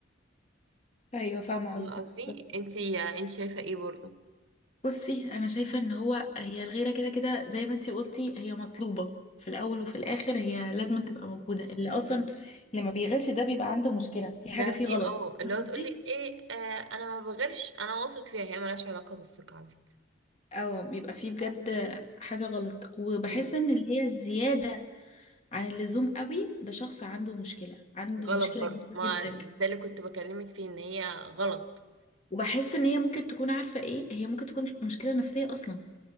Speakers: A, on the left (about 35°); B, on the right (about 80°).
A: ايوه فاهمه
B: والله
A: قصدك
B: قصدي
A: بالظبط
B: انتي انت شايفة ايه برضو
A: بصي انا شايفه ان هو هي الغيره كده كده زي ما انت قلتي هي مطلوبه في الاول وفي الاخر هي لازم تبقى موجوده اللي اصلا
B: مم.
A: اللي ما بيغيرش ده بيبقى عنده مشكله في
B: ده
A: حاجه فيه
B: في
A: غلط
B: اه اللي
A: فاهمة
B: هو تقولك
A: قصدي
B: ايه آه انا ما بغيرش انا واثق فيها هي ملهاش علاقة بالثقة على فكرة
A: او بيبقى فيه بجد حاجة غلط وبحس
B: مم.
A: ان اللي هي الزيادة عن اللزوم قوي ده شخص عنده مشكلة عنده
B: غلط
A: مشكلة
B: برضو
A: كبيرة
B: ما
A: جدا
B: ده اللي كنت بكلمك فيه ان هي غلط
A: وبحس ان هي ممكن تكون عارفة ايه هي ممكن تكون مشكلة نفسية اصلا